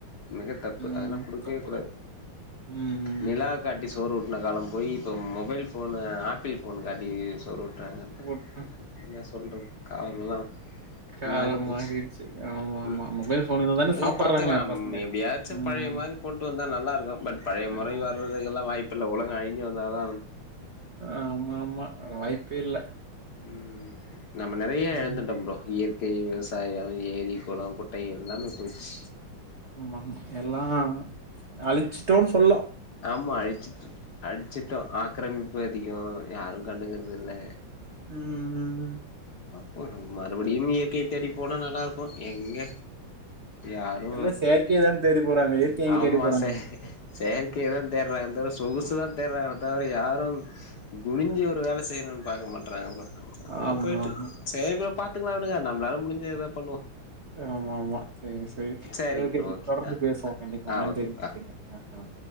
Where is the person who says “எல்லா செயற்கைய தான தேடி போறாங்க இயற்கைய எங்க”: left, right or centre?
Right